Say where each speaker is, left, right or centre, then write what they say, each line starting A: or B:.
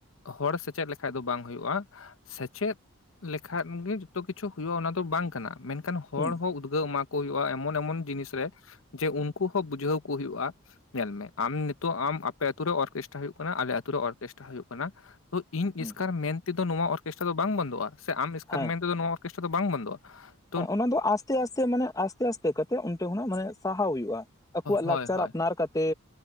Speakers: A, on the left (about 75°); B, on the left (about 15°).
A: ᱦᱚᱲ ᱥᱮᱪᱮᱫ ᱞᱮᱠᱷᱟᱡ ᱫᱚ ᱵᱟᱝ ᱦᱩᱭᱩᱜᱼᱟ᱾ ᱥᱮᱪᱮᱫ ᱞᱮᱠᱷᱟᱱ ᱜᱮ ᱡᱚᱛᱚ ᱠᱤᱪᱷᱩ ᱦᱩᱭᱩᱜᱼᱟ ᱚᱱᱟ ᱫᱚ ᱵᱟᱝ ᱠᱟᱱᱟ ᱾ ᱢᱮᱱ ᱠᱷᱟᱱ ᱦᱚ ᱦᱚᱲ
B: ᱦᱩᱸ
A: ᱦᱚᱸ ᱩᱫᱽᱜᱟᱹᱣ ᱮᱢᱟ ᱠᱚ ᱦᱩᱭᱩᱜᱼᱟ ᱮᱢᱚᱱ ᱮᱢᱚᱱ ᱡᱤᱱᱤᱥ ᱨᱮ, ᱡᱮ ᱩᱱᱠᱩ ᱦᱚᱸ ᱵᱩᱡᱷᱟᱹᱣ ᱠᱚ ᱦᱩᱭᱩᱜᱼᱟ᱾ ᱧᱮᱞ ᱢᱮ ᱟᱢ ᱱᱤᱛᱚᱜ ᱟᱢ ᱟᱯᱮ ᱟᱛᱩ ᱨᱮ ᱚᱨᱠᱮᱥᱴᱟᱨ ᱦᱩᱭᱩᱜ ᱠᱟᱱᱟ ᱟᱞᱮ ᱟᱛᱩ ᱨᱮ ᱚᱨᱠᱮᱥᱴᱟᱨ ᱦᱩᱭᱩᱜ ᱠᱟᱱᱟ ᱛᱚ ᱤᱧ
B: ᱦᱩᱸ
A: ᱮᱥᱠᱟᱨ ᱢᱮᱱ ᱛᱮ ᱫᱚ ᱱᱚᱣᱟ ᱚᱨᱠᱮᱥᱴᱨ ᱫᱚ ᱵᱟᱝ ᱵᱚᱱᱫᱚᱜᱼᱟ ᱾ ᱥᱮ ᱟᱢ ᱮᱥᱠᱟᱨ
B: ᱦᱮᱸ
A: ᱢᱮᱱ ᱛᱮ ᱫᱚ ᱱᱚᱣᱟ ᱚᱨᱠᱮᱥᱴᱟᱨ ᱫᱚ ᱵᱟᱝ ᱵᱚᱱᱫᱚᱜᱼᱟ ᱾
B: ᱦᱮᱸ ᱚᱱᱟ ᱫᱚ ᱟᱥᱛᱮ ᱟᱥᱛᱮ ᱢᱟᱱᱮ ᱟᱥ ᱟᱥᱛᱮ ᱟᱥᱛᱮ ᱠᱟᱛᱮ ᱚᱱᱛᱮ ᱠᱷᱚᱱᱟᱜ ᱢᱟᱱᱮ ᱥᱟᱦᱟᱣ ᱦᱩᱭᱩᱜᱼᱟ ᱾ ᱟᱠᱚᱣᱟᱜ
A: ᱦᱳᱭ
B: ᱞᱟᱠᱪᱟᱨ
A: ᱦᱳᱭ
B: ᱟᱯᱱᱟᱨ ᱠᱟᱛᱮ